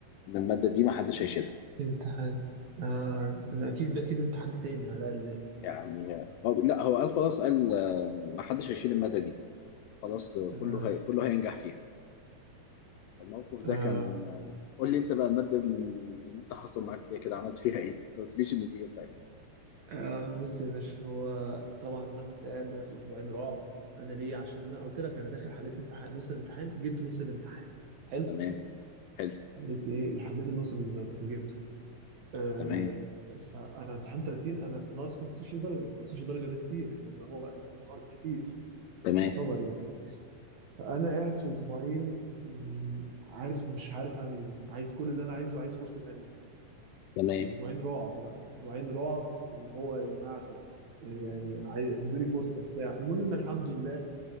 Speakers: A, on the left (about 80°); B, on the right (about 60°).
A: ان الماده دي ما حدش هيشيلها
B: امتحان آه لا، اكيد اكيد امتحان تاني على الاقل
A: يعني هو لا هو قال خلاص قال آه، ما حدش هيشيل الماده دي خلاص آه، كله
B: آه
A: هي كله هينجح فيها الموقف ده
B: آه
A: كان آه، قول لي انت بقى الماده اللي انت حصل معاك فيها كده عملت فيها ايه؟ انت ما قلتليش النتيجه بتاعتها
B: آه بص يا باشا هو طبعا انا كنت قاعد بقى في اسبوعين رعب انا ليه عشان انا قلت لك انا داخل حليت امتحان نص الامتحان جبت نص الامتحان حلو
A: تمام حلو
B: حليت ايه حليت النص بالظبط وجبته آه
A: تمام
B: فانا امتحان 30 انا ناقص 15 درجه و15 درجه ده كتير لان هو انت ناقص كتير
A: تمام
B: يعتبر يعني فانا قاعد في اسبوعين مم، عارف مش عارف اعمل ايه عايز كل اللي انا عايزه عايز فرصه تانية
A: تمام
B: اسبوعين رعب بقى اسبوعين رعب واللي هو يا جماعه طب يعني عاي- ادوني فرصه بتاع المهم الحمد لله